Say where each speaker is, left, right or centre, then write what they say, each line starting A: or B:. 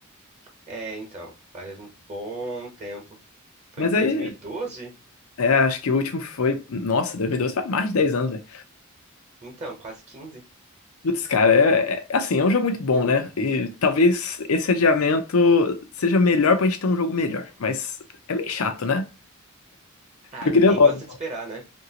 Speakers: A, on the right; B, on the left.
A: É, então, faz um bom tempo. Foi
B: Mas
A: em 2012?
B: aí, é, acho que o último foi. Nossa, 2012 foi há mais de 10 anos, velho.
A: Então, quase 15.
B: Putz, cara, é, é- é assim, é um jogo muito bom, né? E talvez esse adiamento seja melhor pra gente ter um jogo melhor. Mas é meio chato, né?
A: Ah,
B: Eu
A: ninguém
B: queria logo.
A: gosta de esperar, né?